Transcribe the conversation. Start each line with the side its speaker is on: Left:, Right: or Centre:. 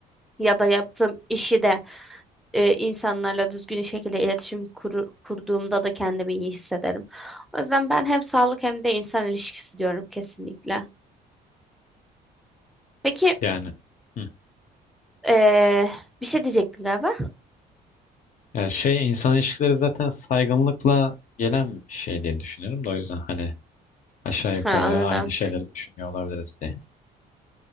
Centre: ya da yaptığım işi de eee, insanlarla düzgün şekilde iletişim kuru- kurduğumda da kendimi iyi hissederim. O yüzden ben hem sağlık hem de insan ilişkisi diyorum kesinlikle. Peki
Left: yani hı.
Centre: eee, bir şey diyecektin galiba.
Left: Yani şey insan ilişkileri zaten saygınlıkla gelen bir şey diye düşünüyorum da o yüzden hani aşağı yukarı
Centre: Ha, anladım.
Left: aynı şeyleri düşünüyor olabiliriz diye.